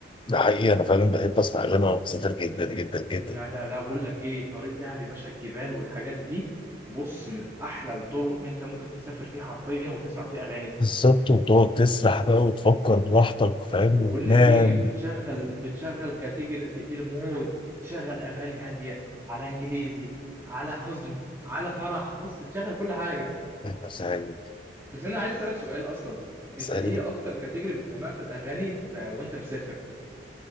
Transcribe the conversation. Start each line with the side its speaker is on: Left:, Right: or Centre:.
Left: ده حقيقي أنا فعلا بحب أسمع أغاني وأنا بسافر جدا جدا
Right: لا
Left: جدا
Right: لا لا بقول لك ايه طريق دهب يا باشا الجبال والحاجات دي بص من احلى الطرق اللي انت ممكن تسافر فيها حرفيا وتسمع فيها اغاني
Left: بالظبط وتقعد تسرح بقى وتفكر براحتك فاهم
Right: وبقول
Left: وتنام
Right: لك ايه بتشغل بتشغل كاتيجوريز كتير موت تشغل اغاني هاديه على انجليزي على حزن على فرح بص تشغل كل حاجه
Left: مسائل
Right: بس انا عايز اسالك سؤال اصلا انت
Left: مسائل
Right: ايه اكتر كاتيجوري بتحبها في الاغاني ب... وانت مسافر